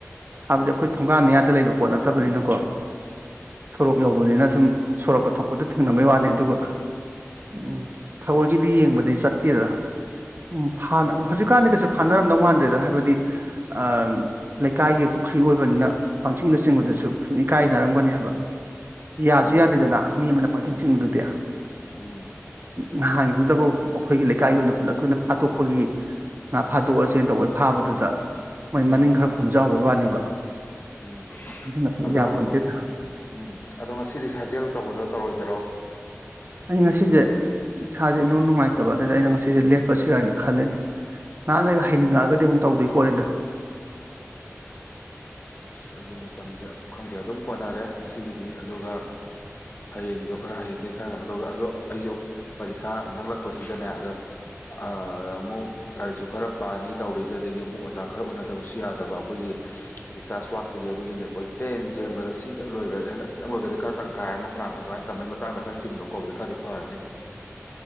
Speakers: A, on the right (about 45°); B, on the left (about 40°).
A: ꯍꯥꯏꯕꯗꯤ ꯑꯩꯈꯣꯏ ꯊꯣꯡꯒꯥꯟ ꯃꯌꯥꯗ ꯂꯩꯕ ꯄꯣꯠ ꯅꯠꯇꯕꯅꯤꯅꯀꯣ
B: ꯎꯝ
A: ꯁꯣꯔꯣꯛ ꯌꯧꯕꯅꯤꯅ ꯁꯨꯝ ꯁꯣꯔꯣꯛꯀ ꯊꯣꯛꯄꯗ ꯊꯦꯡꯅꯕꯩ ꯋꯥꯅꯤ ꯑꯗꯨꯒ ꯎꯝ ꯊꯑꯣꯏꯒꯤꯗꯤ ꯌꯦꯡꯕꯗꯤ ꯆꯠꯇꯦꯗ ꯎ ꯍꯟꯅ ꯍꯧꯖꯤꯛꯀꯥꯟꯗꯤ ꯀꯩꯁꯨ ꯐꯥꯅꯔꯝꯗꯧ ꯃꯥꯟꯗ꯭ꯔꯦꯗ ꯍꯥꯏꯕꯗꯤ ꯑ ꯂꯩꯀꯥꯏꯒꯤ ꯄꯨꯈ꯭ꯔꯤ ꯑꯣꯏꯕꯅꯤꯅ ꯄꯪꯆꯤꯡꯗ ꯆꯤꯡꯕꯗꯨꯁꯨ ꯁꯨꯝ ꯏꯀꯥꯏꯅꯔꯝꯒꯅꯤꯕ ꯌꯥꯁꯨ
B: ꯎꯝ
A: ꯌꯥꯗꯦꯗꯅ ꯃꯤ ꯑꯃꯅ ꯄꯥꯛꯆꯤꯡ
B: ꯎꯝ
A: ꯆꯤꯡꯕꯗꯨꯗꯤ
B: ꯎꯝ
A: ꯉꯍꯥꯟꯒꯤꯗꯨꯗꯐꯥꯎ ꯑꯩꯈꯣꯏꯒꯤ ꯂꯩꯀꯥꯏꯒꯤ ꯑꯣꯏꯅ ꯄꯨꯂꯞꯀꯤ ꯑꯣꯏꯅ ꯐꯥꯗꯣꯛꯄꯒꯤ ꯉꯥ ꯐꯥꯗꯣꯛꯑꯁꯦ ꯇꯧꯕꯩ ꯐꯥꯕꯗꯨꯗ ꯃꯣꯏ
B: ꯎꯝ
A: ꯃꯅꯤꯡ ꯈꯔ ꯈꯣꯝꯖꯥꯍꯧꯕꯩ ꯋꯥꯅꯦꯕ
B: ꯎꯝ
A: ꯑꯗꯨ ꯅꯠꯇ
B: ꯑꯗꯣ
A: ꯌꯥꯄꯣꯠꯇꯦꯗ
B: ꯎꯝ ꯑꯗꯣ ꯉꯁꯤꯗꯤ ꯁꯥꯖꯦꯜ ꯇꯧꯕꯗꯣ ꯇꯧꯔꯣꯏꯗꯔꯣ
A: ꯑꯩ ꯉꯁꯤꯖꯦ ꯏꯁꯥꯁꯦ ꯏꯅꯨꯡ ꯅꯨꯡꯉꯥꯏꯇꯕ ꯑꯗꯨꯗ ꯑꯩꯅ ꯉꯁꯤꯁꯦ ꯂꯦꯞꯄꯁꯤꯔ ꯍꯥꯏꯅ ꯈꯜꯂꯤꯅꯤ ꯉꯥꯍꯥꯛꯂꯩꯔꯒ ꯍꯥꯏꯅꯤꯡꯉꯛꯑꯗꯤ ꯑꯃꯨꯛ ꯇꯧꯗꯣꯏ ꯄꯣꯠꯅꯤꯗ
B: ꯑꯩꯁꯨ ꯃꯇꯝꯁꯦ ꯈꯪꯗꯦ ꯑꯗꯨꯝ ꯀꯣꯟꯅꯔꯦ ꯉꯁꯤꯒꯤꯗꯤ ꯑꯗꯨꯒ ꯍꯌꯦꯡꯁꯨ ꯈꯔ ꯍꯌꯦꯡꯗꯒꯤ ꯈꯔ ꯀꯩꯅꯣ ꯇꯧꯗ ꯑꯗꯣ ꯑꯩꯁꯨ ꯄꯔꯤꯈꯥ ꯅꯛꯂꯛꯄꯁꯤꯗꯅꯦ ꯑꯗꯣ ꯑ ꯑꯃꯨꯛ ꯂꯥꯏꯔꯤꯛꯁꯨ ꯈꯔ ꯄꯥꯅꯤ ꯇꯧꯔꯤꯁꯦ ꯑꯗꯒꯤ ꯑꯃꯨꯛ ꯑꯣꯖꯥ ꯈꯔ ꯎꯅꯗꯕꯁꯨ ꯌꯥꯗꯕ ꯑꯩꯈꯣꯏꯒꯤ ꯔꯤꯁꯥꯔꯁ ꯄꯥꯛꯇꯨꯒꯤ ꯑꯗꯨꯒꯤꯅꯤ ꯀꯣꯏꯆꯦꯟ ꯆꯦꯟꯕꯗ ꯁꯤꯗ ꯂꯣꯏꯈ꯭ꯔꯗꯤ ꯍꯟꯗꯛꯀꯤꯗꯪ ꯂꯣꯏꯈ꯭ꯔꯗꯤ ꯈꯔ ꯇꯪꯈꯥꯏ ꯑꯃ ꯐꯥꯅꯌꯥꯝ ꯑꯗꯨꯃꯥꯏꯅ ꯇꯝꯕꯩ ꯃꯇꯥꯡꯗ ꯈꯔ ꯆꯤꯟꯕ ꯈꯣꯠꯄ ꯈꯔꯗꯤ ꯐꯔꯅꯤ